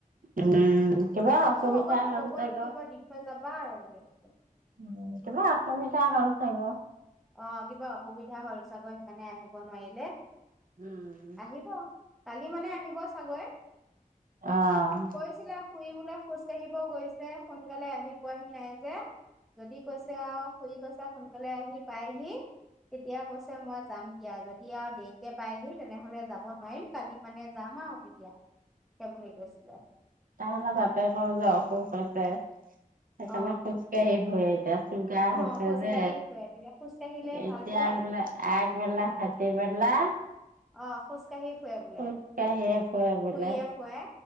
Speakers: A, on the right; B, in the centre.
A: উম কিবা
B: মইকৈছো
A: অসুবিধা
B: হ'ব দে,
A: হ'ল
B: বইবৈ
A: চাগৈ
B: থাকিব দি থৈ যা যাবা আৰু বুলি কৈছোঁ।
A: উম, 'কিবা অসুবিধা হ'ল চাগে।
B: অ', কিবা অসুবিধা হ'ল চাগে, সেইকাৰণে আহিব নোৱাৰিলে।
A: উম',
B: আহিব কালি মানে আহিব চাগে।
A: অ',
B: কৈছিলে শুই বুলে খোজ ফুৰিব গৈছে সোনকালে আহি পোৱাহি নাই যে। যদি কৈছে আৰু খুৰি কৈছে ছে, সোনকালে আহি পায়হি। তেতিয়া কৈছে মই যাম দিয়া, যদ এতিয়া দেৰিকে পায়হি তেনেহ'লে যাব নোৱাৰিম কালি মানে যাম আৰু তেতিয়া। সেই বুলি কৈছিলে
A: তাহালে তাকে কওঁ যে অসুখ হৈছে। সেইফালে
B: অ
A: খোজকাঢ়ি ভুৱে। <unintelligible> গা ',
B: অ
A: হৈছে
B: খোজকাঢ়ি
A: যে,
B: ফুৰে তেতিয়া খোজকাঢ়িলে
A: এতিয়া
B: ভাল যে
A: ওলাই আগবেলা, ভাটিবেলা
B: অ, খোজ কাঢ়িয়ে ফুৰে বোলে,
A: খোজকাঢ়িয়ে ফুৰে বোলে।
B: খুৰীয়ে খুৱাই